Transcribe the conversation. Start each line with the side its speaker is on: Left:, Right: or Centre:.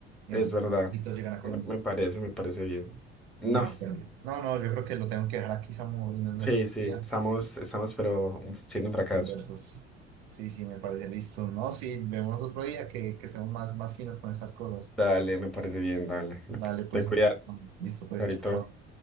Right: Mientras
Centre: Es verdad.
Right: mojitos llegan a Colombia
Centre: Me, me parece, me parece bien. No.
Right: y ya no Colombia. No, no, yo creo que lo tenemos que dejar aquí, Samu, y no es nuestro
Centre: Sí, sí.
Right: día.
Centre: Estamos, estamos, pero siendo un fracaso.
Right: Perversos. Sí, sí, me parece listo. No, sí, vemos otro día que, que estemos más, más finos con estas cosas.
Centre: Dale, me parece bien, dale.
Right: Dale, pues,
Centre: Te cuidas.
Right: bueno, listo, pues,
Centre: Chaito.
Right: chao, chao.